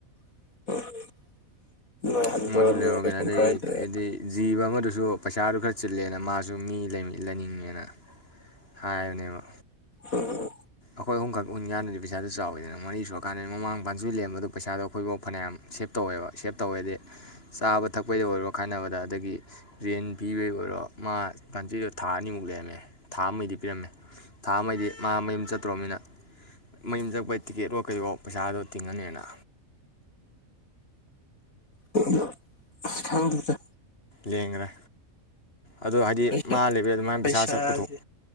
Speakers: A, on the left; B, on the left.
A: <unintelligible> ꯍꯟꯗꯣꯔꯕꯅꯤꯅ
B: ꯃꯣꯏꯖꯨ ꯂꯩꯍꯧꯔꯒꯦꯍꯥꯏꯗꯩ
A: ꯀꯩꯁꯨꯝ ꯀꯥꯏꯗ꯭ꯔꯦ
B: ꯑꯗꯩ ꯖꯤꯕ ꯑꯃꯗꯨꯖꯨ ꯄꯩꯁꯥꯗꯣ ꯈꯔ ꯆꯤꯜꯂꯦꯅ ꯃꯥꯖꯨ ꯃꯤ ꯂꯩꯃ ꯂꯩꯅꯤꯡꯉꯦꯅ ꯍꯥꯏꯕꯅꯦꯕ꯫
A: ꯎꯝ꯫
B: ꯑꯩꯈꯣꯅ ꯑꯍꯨꯝ ꯈꯛ ꯎꯟ ꯀꯥꯟꯗꯗꯤ ꯄꯩꯁꯥꯗꯣ ꯆꯥꯎꯏꯗꯅ ꯃꯔꯤ ꯁꯨꯔꯛ ꯀꯥꯟꯗꯗꯤ ꯃꯃꯥꯡ ꯕꯥꯟꯖꯨꯢ ꯂꯩꯔꯝꯕꯗꯣ ꯄꯩꯁꯥꯗꯣ ꯑꯩꯈꯣꯏꯕꯨꯛ ꯐꯅꯌꯥꯝ ꯁꯦꯞ ꯇꯧꯑꯦꯕ ꯁꯦꯞ ꯇꯧꯌꯦꯗꯤ ꯆꯥꯕ ꯊꯛꯄꯩꯗ ꯑꯣꯏꯔꯣ ꯈꯥꯢꯅꯕꯗ ꯑꯗꯒꯤ ꯔꯦꯟ ꯄꯤꯕꯩꯕꯨ ꯑꯣꯏꯔꯣ ꯃꯥ ꯕꯥꯟꯖꯤꯗꯣ ꯊꯥ ꯑꯅꯤꯃꯨꯛ ꯂꯩꯔꯝꯃꯦ ꯊꯥ ꯑꯃꯩꯗꯤ ꯄꯤꯔꯝꯃꯦ ꯊꯥ ꯑꯃꯗꯤ ꯃꯥ ꯃꯌꯨꯝ ꯆꯠ ꯇ꯭ꯔꯣꯃꯤꯅ ꯃꯌꯨꯝ ꯆꯠꯄꯩ ꯇꯤꯀꯦꯠ ꯑꯣ ꯀꯩꯑꯣ ꯄꯩꯁꯥꯗꯣ ꯇꯤꯡꯉꯅꯦꯅ꯫
A: <unintelligible> ꯈꯪꯗꯦꯗ
B: ꯂꯦꯡꯉꯔꯦ꯫ ꯑꯗꯣ ꯍꯥꯏꯗꯤ
A: ꯄꯩꯁꯥ
B: ꯃꯥ ꯂꯩꯕꯩ ꯑꯗꯨꯃꯥꯏ
A: ꯄꯩꯁꯥꯁꯦ
B: ꯄꯩꯁꯥ ꯁꯠ ꯄꯨꯊꯣꯛ